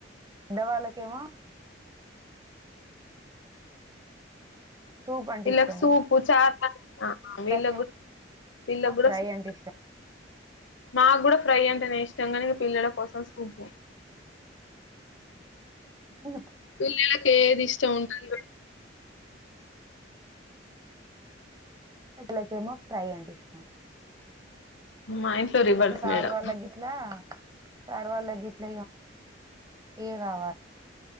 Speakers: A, on the right; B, on the left.
A: పెద్దవాళ్ళకేమో సూప్ అంటే
B: వీళ్ళకి
A: ఇష్టము
B: సూపు చా
A: పిల్లలకేమో
B: వీళ్ళ వీళ్ళ కూడా కూడా
A: ఫ్రై
B: స <inaudible>
A: అంటే ఇష్టం
B: మాకు కూడా ఫ్రై అంటే నే ఇష్టంగానీ ఇక పిల్లల కోసం సుపు
A: ఉహ్
B: పిల్లలకు ఏది ఇష్ట ఉంటుందో
A: వీళ్ళ కేమో ఫ్రై అంటే ఇష్టం
B: మ ఇంట్లో రివర్స్
A: ముక్కిడి సార్
B: మేడం
A: వాళ్ళ గిట్ల సార్ వాళ్ళ గిట్ల ఏ కావాలి